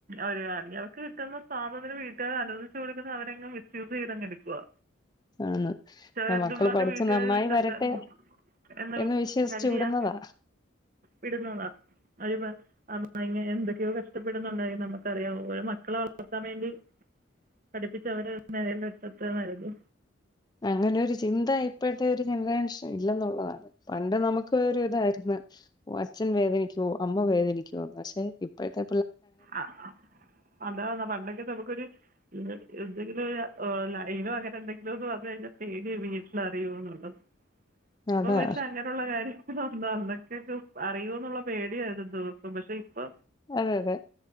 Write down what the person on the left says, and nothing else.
ആണ്
മക്കള് പഠിച്ച്
നന്നായി
വരട്ടെ
എന്ന് വിശ്വസിച്ച്
വിടുന്നതാ
അങ്ങനെ ഒരു ചിന്ത ഇപ്പഴ്ത്തെ ഒരു ജനറേഷൻ ഇല്ലെന്നുള്ളതാണ് പണ്ട് നമുക്ക് ഒരുഇതാരുന്നു അച്ഛൻ വേദനിക്കുവോ അമ്മ വേദനിക്കുവോന്ന് പക്ഷെ ഇപ്പഴ്ത്തെ
അതാ
അതെ അതെ